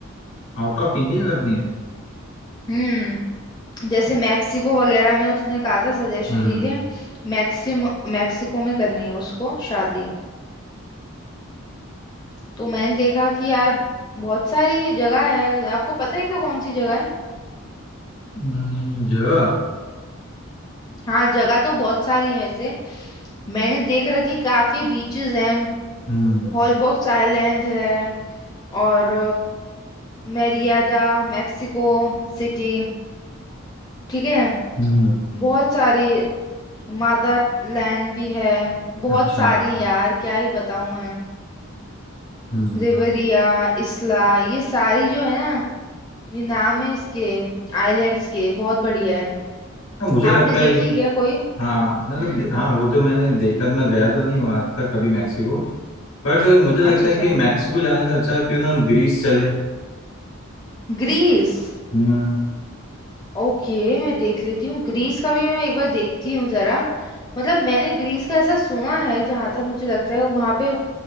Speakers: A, on the left; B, on the left.
A: आउट ऑफ इंडिया करनी है
B: हम्म जैसे मैक्सिको वगैरह में उसने कहा था सजेशन
A: हम्म
B: दीजिए मैक्सिम मैक्सिको में करनी है उसको शादी तो मैंने देखा कि यार बहुत सारी जगह है आपको पता है क्या कौन सी जगह है
A: हम्म, जगह
B: हाँ जगह तो बहुत सारी है वैसे मैंने देख रखी काफी बीचेस हैं
A: हम्म
B: हॉलबॉक्स आइलैंड है और मेरियादा मैक्सिको सिटी ठीक है
A: हम्म,
B: बहुत सारी मादा लैंड भी है बहुत
A: अच्छा
B: सारी यार क्या ही बताऊं मैं
A: हम्म
B: रिवरिया इसला ये सारी जो है ना ये नाम है इसके आइलैंड्स के बहुत बढ़िया है
A: हाँ मुझे लगता
B: आपने
A: है
B: देखी
A: कि
B: है क्या कोई
A: हाँ
B: हम्म
A: मतलब दे- हाँ वो तो मैंने देखा मैं गया तो नहीं वहां तक कभी मैक्सिको बट मुझे लगता
B: अच्छा अच्छा
A: है कि मैक्सिको जाने से अच्छा है क्यों ना हम ग्रीस चले
B: ग्रीस
A: हम्म
B: ओके मैं देख लेती हूँ ग्रीस का भी मैं एक बार देखती हूँ जरा मतलब मैंने ग्रीस का ऐसा सुना है जहां तक मुझे लगता है वहां पे